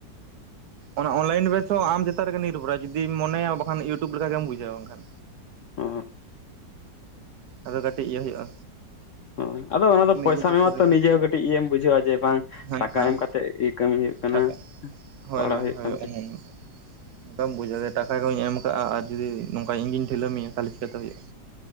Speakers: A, on the right; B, on the left.
A: ᱚᱱᱟ ᱚᱱᱞᱟᱭᱤᱱ ᱵᱮᱥ ᱦᱚᱸ ᱟᱢ ᱪᱮᱛᱟᱱ ᱨᱮᱜᱮ ᱱᱤᱨᱵᱷᱚᱨᱟ ᱡᱩᱫᱤᱢ ᱢᱚᱱᱮᱭᱟ ᱵᱟᱠᱷᱟᱱ ᱤᱭᱩᱴᱩᱵᱽ ᱞᱮᱠᱟᱜᱮᱢ ᱵᱩᱡᱷᱟᱹᱣᱟ ᱵᱟᱝᱠᱷᱟᱱ
B: ᱦᱳᱭ
A: ᱟᱫᱚ ᱠᱟᱹᱴᱤᱡ ᱤᱭᱟᱹ ᱦᱩᱭᱩᱜᱼᱟ᱾
B: ᱦᱳᱭ ᱟᱫᱚ ᱚᱱᱟ ᱫᱚ
A: ᱱᱤᱡᱮ
B: ᱯᱚᱭᱥᱟᱢ
A: ᱪᱮᱛᱟᱱ
B: ᱮᱢᱟᱛᱚ
A: ᱨᱮ
B: ᱱᱤᱡᱮ ᱦᱚᱸ ᱠᱟᱹᱴᱤᱡ ᱤᱭᱟᱹᱢ ᱵᱩᱡᱷᱟᱹᱣᱟ ᱡᱮ ᱵᱟᱝ
A: ᱦᱮᱸ
B: ᱴᱟᱠᱟ
A: ᱦᱮᱸ
B: ᱮᱢ ᱠᱟᱛᱮᱫ <unintelligible> ᱠᱟᱹᱢᱤ ᱦᱩᱭᱩᱜᱼᱟ᱾ ᱦᱩᱭᱩᱜ ᱠᱟᱱᱟ
A: ᱴᱟᱠᱟ ᱦᱳᱭ
B: ᱯᱟᱲᱦᱟᱣ
A: ᱦᱳᱭ
B: ᱦᱩᱭᱩᱜ
A: ᱦᱳᱭ
B: ᱠᱟᱱᱟ
A: <unintelligible>
B: ᱥᱮ ᱪᱮᱫ
A: ᱴᱟᱠᱟ ᱠᱚᱧ ᱮᱢ ᱠᱟᱜᱼᱟ ᱟᱨ ᱡᱩᱫᱤ ᱱᱚᱝᱠᱟ ᱤᱧᱜᱤᱧ ᱴᱷᱤᱞᱟᱹ ᱢᱮᱭᱟ ᱛᱟᱦᱚᱞᱮ ᱪᱤᱠᱟᱹᱛᱮ ᱦᱩᱭᱩᱜᱼᱟ